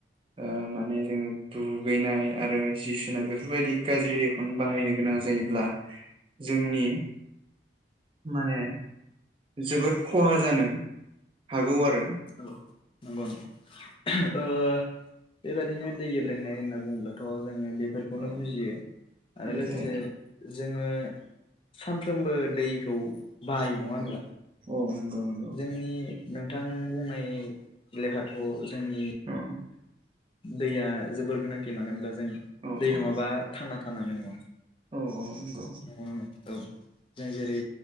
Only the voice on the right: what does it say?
ओ माने जोङो दुगैनाय आरो जि सुनाय बेफोरबायदि गाज्रि दैखौनो बाहायनो गोनां जायोब्ला, जोंनि माने जोबोद खहा जानो हागौ आरो।
औ नंगौ औ
औ
औ
औ औ नंगौ नंगौ
औ
औ
औ
औ औ। नंगौ